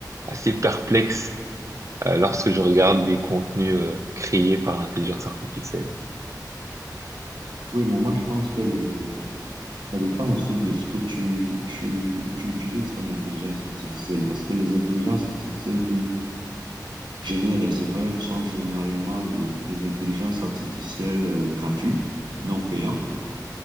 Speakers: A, on the right (about 45°); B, on the right (about 85°).
A: assez perplexe, euh,
B: Ouais.
A: lorsque je regarde des contenus, euh, créés par l'intelligence artificielle.
B: Oui, mais moi, je pense que le... ça dépend aussi de ce que tu, tu, tu utilises comme intelligence artificielle parce que les intelligences artificielles qui génèrent les erreurs sont généralement les, les intelligences artificielles euh, gratuites, non payantes,